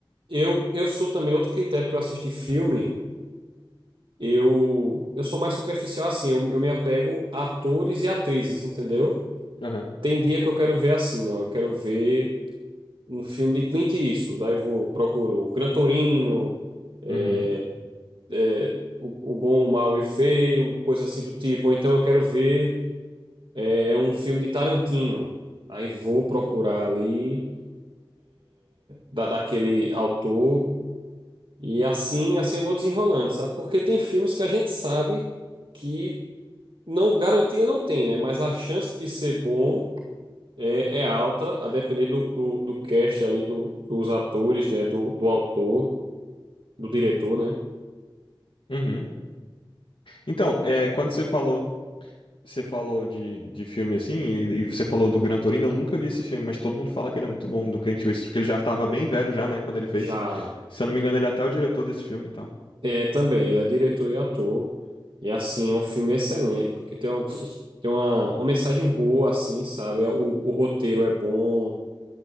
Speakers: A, on the right; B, on the left.
A: eu, eu sou também outro critério para assistir filme. Eu, eu sou mais superficial assim, eu, eu me apego a atores e atrizes, entendeu?
B: Aham,
A: Tem dia que eu quero ver assim, não, eu quero ver um filme de Clint Eastwood, daí vou, procuro Gran Torino, é,
B: uhum,
A: é, o, o Bom, o Mal e o Feio, coisa assim do tipo. Ou então eu quero ver é, é um filme de Tarantino, aí vou procurar ali da, daquele autor. E assim, assim eu vou desenrolando, sabe? Porque tem filmes que a gente sabe que não garantia não tem, né? Mas a chance de ser bom é, é alta, a depender do, do, do cast ali, do, dos atores, né? Do, do autor, do diretor, né?
B: uhum. Então, é, quando você falou Você falou de, de filme assim, e, e você falou do Gran Torino, eu nunca vi esse filme, mas todo mundo fala que ele é muito bom, do Clint Eastwood, porque ele já estava bem velho já, né, quando ele fez.
A: Já
B: Se eu não me engano, ele é até o diretor desse filme e tal.
A: é também, ele é diretor e ator. E assim, é um filme excelente, porque tem, um, tem uma, uma mensagem boa, assim, sabe? O, o roteiro é bom.